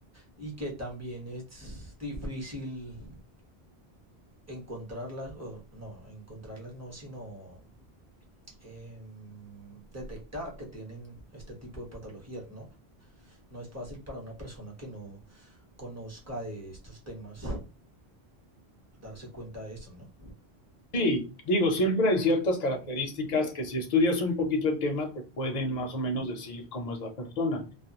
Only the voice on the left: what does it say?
Sí, digo, siempre hay ciertas características que si estudias un poquito el tema te pueden más o menos decir cómo es la persona.